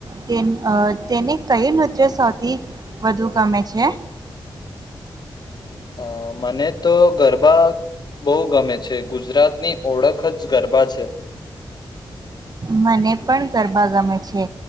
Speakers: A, on the right; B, on the left.
A: તે તેને કયું નૃત્ય સૌથી વધુ ગમે છે.
B: હ મને તો ગરબા બહુ ગમે છે ગુજરાતની ઓળખ જ ગરબા છે.
A: મને પણ ગરબા ગમે છે